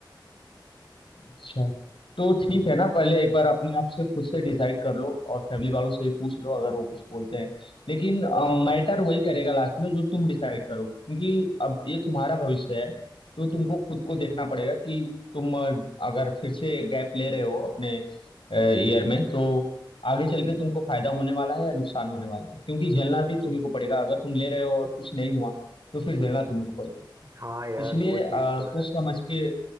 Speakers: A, on the left; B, on the right.
A: अच्छा तो ठीक
B: हम्म
A: है ना पहले एक बार अपने आप से खुद से डिसाइड कर लो और फैमिली वालों से भी पूछ लो अगर वो कुछ बोलते हैं लेकिन मैटर वही करेगा लास्ट में जो तुम डिसाइड करो क्योंकि अब ये तुम्हारा भविष्य है तो तुमको खुद को देखना पड़ेगा कि तुम अ, अगर फिर से गैप ले रहे हो अपने ईयर में तो आगे चल के तुमको फायदा होने वाला है या नुकसान होने वाला है क्योंकि झेलना भी तुम्ही को पड़ेगा अगर तुम ले रहे हो और कुछ नहीं हुआ तो फिर झेलना तुम्ही को पड़ेगा
B: हाँ यार
A: इसलिए
B: वो
A: आ,
B: चीज तो
A: सोच
B: है
A: समझ के